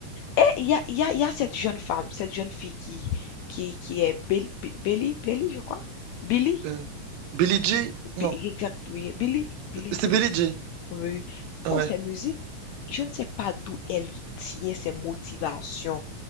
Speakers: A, on the left; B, on the right.
A: Et il y a, il y a, il y a cette jeune femme, cette jeune fille qui, qui, qui est Bill- Bi- Billy, Billy, je crois. Billy,
B: Euh, Billie Jean? Non,
A: Bi- exact, oui. Billy, Billy,
B: c'est
A: oui,
B: Billie
A: oui,
B: Jean.
A: oui, oui.
B: Ouais.
A: Oh, ces musiques, je ne sais pas d'où elle tient ses motivations